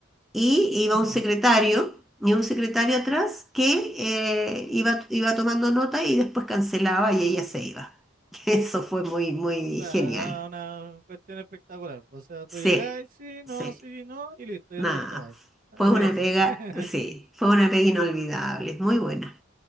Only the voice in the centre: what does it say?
Y
iba un secretario, y un secretario atrás que eh, iba, iba tomando nota y después cancelaba y ella se iba. <laughs> Eso fue muy, muy
genial.
Sí,
sí,
nada.
Fue una
pega,
sí, fue una pega inolvidable, muy buena.